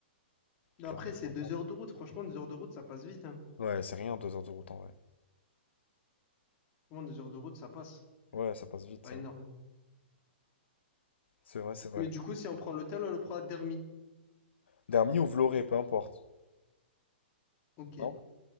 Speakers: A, on the left; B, on the left.
A: Après,
B: Clairement.
A: c'est deux heures de route. Franchement, deux heures de route, ça passe vite, hein.
B: Ouais, c'est rien, deux heures de route en vrai.
A: Franchement, deux heures de route, ça passe.
B: Ouais, ça passe vite,
A: Pas
B: ça.
A: énorme.
B: C'est vrai, c'est vrai.
A: Mais du coup, si on prend l'hôtel, on le prend à Dermi.
B: Dermi ou Vloré, peu importe.
A: Ok.
B: Non?